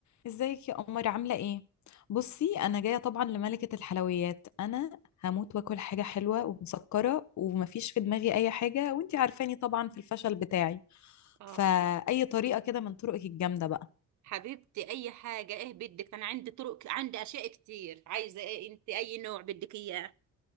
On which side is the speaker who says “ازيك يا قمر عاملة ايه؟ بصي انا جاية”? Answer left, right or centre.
Left